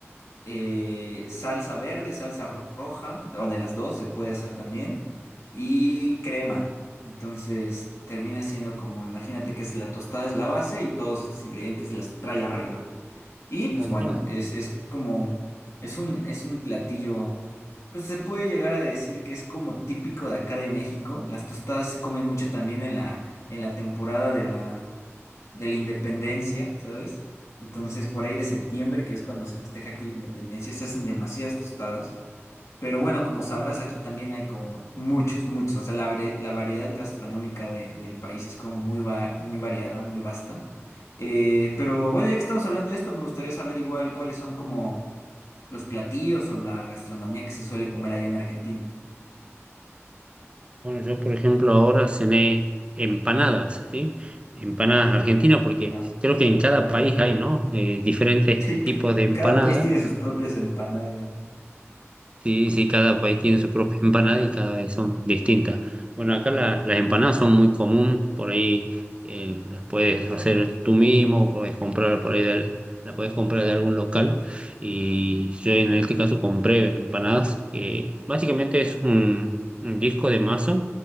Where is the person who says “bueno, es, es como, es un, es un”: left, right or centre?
Left